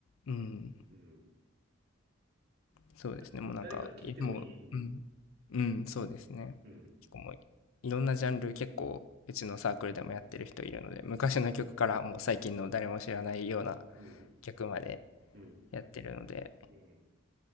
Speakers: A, on the left (about 80°); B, on the right (about 50°).
A: うん。
B: うん。
A: そうですね、
B: だ、
A: もうなんか、
B: 誰か聴いてもいい。
A: いもう、
B: うん。
A: うん、うん、そうですね。
B: うん。
A: 結構もう、いろんなジャンル結構うちのサークルでもやってる人いるので、昔の曲からもう最近の誰も知らないような
B: うん。うん。
A: 曲まで
B: うん。
A: やってるので、
B: うん。